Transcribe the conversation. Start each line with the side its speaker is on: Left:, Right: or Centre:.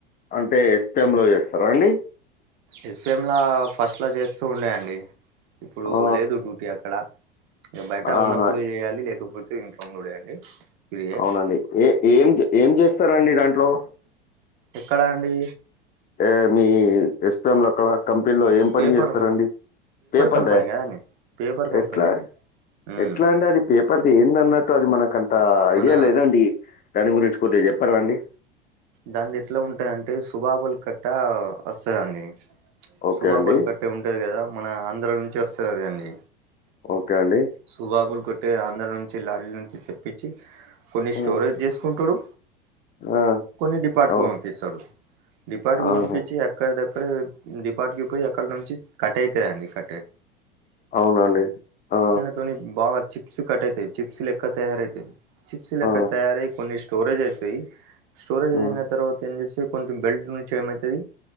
Left: అంటే ఎస్పిఎం లో చేస్తారా అండి
Right: ఎస్పిఎంలా ఫస్ట్ లా చేస్తూ ఉండే అండి ఇప్పుడు
Left: ఆ,
Right: లేదు డ్యూటీ అక్కడ బయట
Left: ఆహా
Right: ఉన్నప్పుడు చేయాలి లేకపోతే తే ఇంట్ల ఉండుడే అండి ఫ్రీయే
Left: అవునండి ఏ ఏం ఏం చేస్తారండి దాంట్లో
Right: ఎక్కడా అండి
Left: ఏ మీ ఎస్పిఎం లో ఎక్కడ కంపెనీలో ఏం పని
Right: పేపర్
Left: చేస్తారండి పేపర్
Right: కంపెనీ
Left: లె
Right: కదండి పేపర్ కంపెనీ
Left: ఎట్లా
Right: అది ఉమ్
Left: ఎట్లా అండి అది పేపర్ది ఏందన్నట్టు అది మనక అంత ఐడియా
Right: మన
Left: లేదండి దాని గురించి కొద్దిగా చెప్పరాండి
Right: దానిది ఎట్లా ఉంటదంటే శుభాబులు కట్ట వస్తుందండి
Left: ఓకే
Right: శుభాబులు
Left: అండి.
Right: కట్ టే ఉంటది కదా మన ఆంధ్ర నుంచి వస్తుంది అది అండీ
Left: ఓకే అండి
Right: సుబాబులు కొట్టే ఆంధ్ర నుంచి లారి నుంచి తెప్పించి కొన్ని
Left: హ్మ్.
Right: స్టోరేజ్ చేసుకుంటాడు
Left: ఆ!
Right: కొన్ని డిపార్ట్
Left: అవు
Right: కూ పంపిస్తాడు డిపార్ట్ కు
Left: ఆహా!
Right: పంపిచి అక్క ఎక్కడి దక్కడే డిపాటికి పోయి అక్కడ నుంచి, కట్ అయితయండి కటే
Left: అవునా అండి ఆ
Right: తోని బాగా చిప్స్ కట్టాయితయ్, చిప్స్ లెక్క తయారవుతాయ్. చిప్స్ లెక్క
Left: ఆ!
Right: తయారయ్ కొన్ని స్టోరేజ్ అయితాయ్, స్టోరేజ్
Left: ఆ!
Right: అయిన తర్వాత ఏం జేసాయ్, కొంచెం బెల్ట్ నుంచి ఏమైతది,